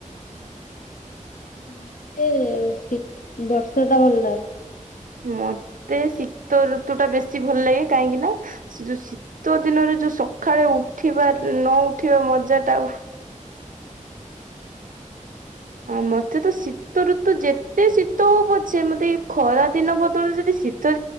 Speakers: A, on the left; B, on the right.
A: ମତେ ଶୀତ ବର୍ଷ ଟା ଭଲ ଲାଗେ।
B: ମତେ ଶୀତ ଋତୁ ଟା ବେଶୀ ଭଲ ଲାଗେ କାହିଁକି ନା ସେ ଯୋଉ ଶୀତ ଦିନରେ ଯୋଉ ସକାଳେ ଉଠିବା ନ ଉଠିବା ମଜା ଟା ଆଉ। ଆଉ ମତେ ତ ଶୀତଋତ ଯେତେ ଶୀତ ହଉ ପଛେ ମତେ ଏ ଖରା ଦିନ ବଦଳ ଯଦି ଶୀତ